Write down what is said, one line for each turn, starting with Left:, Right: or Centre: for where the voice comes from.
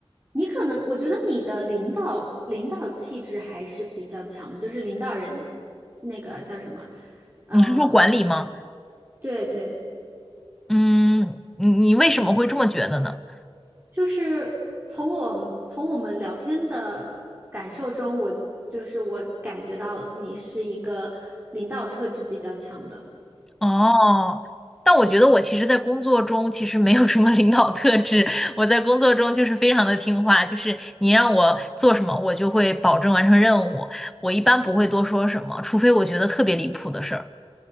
Right: 你可能，我觉得你的领导领导气质还是比较强的，就是领导人那个叫什么，嗯，
Centre: 你是说管理吗？
Right: 对对，
Centre: 嗯，你你为什么会这么觉得呢？
Right: 就是从我们从我们聊天的感受中，我就是我感觉到你是一个领导特质比较强的
Centre: 哦，但我觉得我其实，在工作中其实没有什么领导特质。<laughs> 我在工作中就是非常的听话，就是你让我做什么，我就会保证完成任务。我一般不会多说什么，除非我觉得特别离谱的事儿。